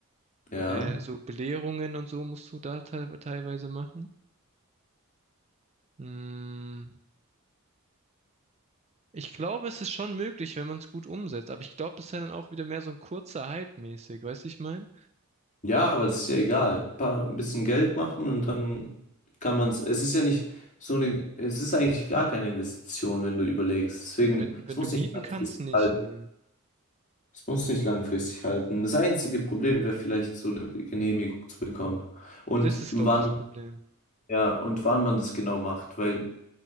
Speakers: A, on the left; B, on the right.
A: Ja.
B: Äh, so Belehrungen und so musst du da te teilweise machen. Mm, ich glaube, es ist schon möglich, wenn man es gut umsetzt. Aber ich glaube, das ist ja dann auch wieder mehr so ein kurzer Hype mäßig. Weißt du, ich meine?
A: Ja, aber das ist ja egal. Ein paar, ein bisschen Geld machen und dann kann man es. Es ist ja nicht so eine, es ist eigentlich gar keine Investition, wenn du überlegst. Deswegen,
B: Ja, wenn,
A: es
B: wenn
A: muss
B: du mieten
A: nicht langfristig
B: kannst, nicht.
A: halten.
B: Ne,
A: Es muss nicht langfristig halten. Das einzige Problem wäre vielleicht so eine Genehmigung zu bekommen. Und
B: Das ist,
A: wann,
B: glaube ich, das Problem.
A: ja, und wann man das genau macht, weil